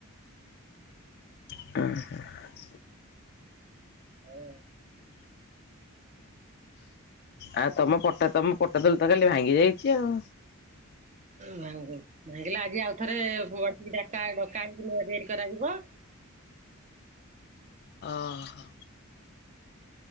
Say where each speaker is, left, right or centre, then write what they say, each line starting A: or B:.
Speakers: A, on the left; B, on the right.
A: <unintelligible>
B: ହଁ।
A: ଆଉ ତମ ପଟା ତମ ପଟା ଦୋଳି ତ ଖାଲି ଭାଙ୍ଗି ଯାଇଛି ଆଉ।
B: ଭାଙ୍ଗୁ ଭାଗିଲେ ଆଜି ଆଉ ଥରେ ବସିକି ଡକା ହେଇକି ନୂଆ ତିଆରି କରାଯିବ।
A: ଅ ହଁ।